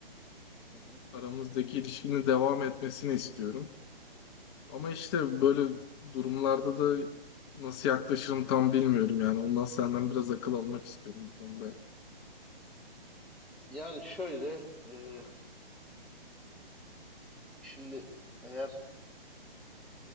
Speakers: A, in the centre; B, on the left.
A: Hı hı.
B: Aramızdaki ilişkinin devam etmesini istiyorum. Ama işte böyle durumlarda da nasıl yaklaşırım tam bilmiyorum yani. Ondan senden biraz akıl almak istiyorum bu konuda.
A: Yani şöyle, e, şimdi eğer